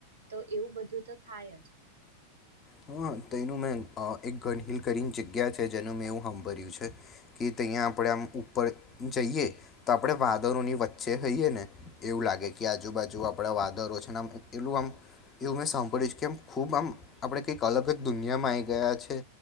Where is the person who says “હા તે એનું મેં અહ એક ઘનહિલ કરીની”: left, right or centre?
Left